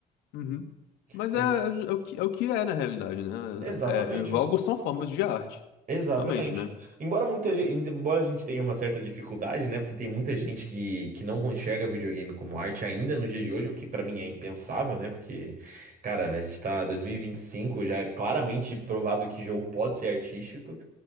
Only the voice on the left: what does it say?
Uhum. Mas
é, é, o que, é o que é na realidade, né?
É, jogos são formas de arte,
realmente, né?